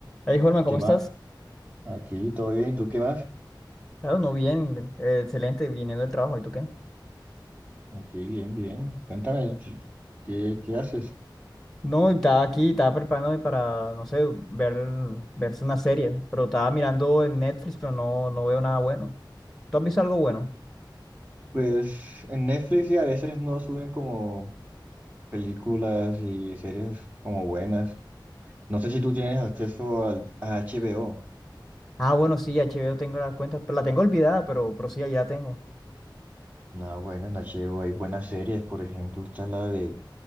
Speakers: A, in the centre; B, on the right.
A: Hey, Holman, ¿cómo
B: ¿Qué
A: estás?
B: más? Aquí todo bien, ¿y tú qué más?
A: Claro, no, bien, eh, excelente, viniendo del trabajo, ¿y tú qué?
B: Aquí bien, bien. Cuéntame, ¿qué, qué qué haces?
A: No, estaba aquí, estaba preparándome para, no sé, ver, verse una serie, pero estaba mirando en Netflix, pero no, no veo nada bueno. ¿Tú has visto algo bueno?
B: Pues en Netflix y a veces no suben como películas y series como buenas. No sé si tú tienes acceso al, a HBO.
A: Ah, bueno, sí, HBO tengo las cuentas, pero la tengo olvidada, pero, pero sí, allá tengo.
B: No, bueno, en HBO hay buenas series, por ejemplo, está la de